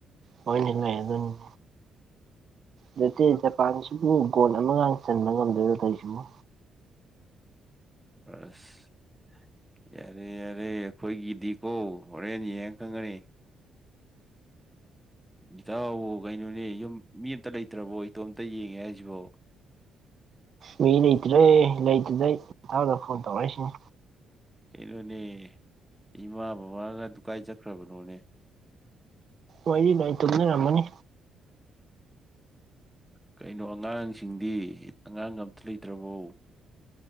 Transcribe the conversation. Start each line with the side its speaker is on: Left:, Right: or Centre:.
Right: ꯍꯣꯏꯅꯦ ꯂꯩꯔꯗꯝꯅꯤ ꯅꯠꯇꯦ ꯖꯄꯥꯟꯁꯤꯕꯨ ꯒꯣꯜ ꯑꯃꯒꯥ ꯆꯟꯕ ꯉꯝꯗꯣꯏꯔꯣ ꯇꯧꯏꯁꯤꯕꯨ
Centre: ꯑꯁ ꯌꯥꯔꯦ ꯌꯥꯔꯦ ꯑꯈꯣꯏꯒꯤꯗꯤꯀꯣ ꯍꯣꯔꯦꯟ ꯌꯦꯡꯉ ꯈꯪꯒꯅꯤ ꯏꯇꯥꯎꯕꯨ ꯀꯩꯅꯣꯅꯦ ꯌꯨꯝ ꯃꯤ ꯑꯃꯇ ꯂꯩꯇ꯭ꯔꯕꯣ ꯏꯇꯣꯝꯇ ꯌꯦꯡꯉꯦ ꯍꯥꯏꯁꯤꯕꯣ
Right: ꯃꯤ ꯂꯩꯇ꯭ꯔꯦ ꯂꯩꯇꯗꯩ ꯏꯇꯥꯎꯗ ꯐꯣꯟ ꯇꯧꯔꯛꯏꯁꯤꯅꯤ
Centre: ꯀꯩꯅꯣꯅꯦ ꯏꯃꯥ ꯕꯕꯥꯒꯗꯨ ꯀꯥꯏ ꯆꯠꯈ꯭ꯔꯕꯅꯣꯅꯦ
Right: ꯋꯥꯔꯤ ꯂꯣꯏ ꯇꯨꯝꯅꯔꯝꯃꯅꯤ
Centre: ꯀꯩꯅꯣ ꯑꯉꯥꯡꯁꯤꯡꯗꯤ ꯑꯉꯥꯡꯒ ꯑꯝꯇ ꯂꯩꯇ꯭ꯔꯕꯣ